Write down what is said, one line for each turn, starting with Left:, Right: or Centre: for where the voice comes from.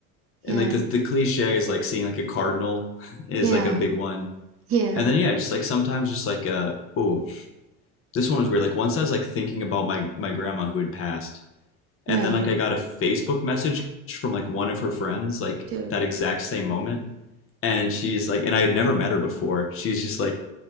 Right: yeah,
Left: and like the the cliche is like seeing like a cardinal <laughs> is
Right: yeah,
Left: like a big one.
Right: yeah.
Left: And then yeah, just like sometimes just like uh oh, this one was weird. Like once I was like thinking about my my grandma who had passed, and
Right: Right,
Left: then like I got a Facebook message from like one of her friends like
Right: dude.
Left: that exact same moment and she's like and i had never met her before she's just like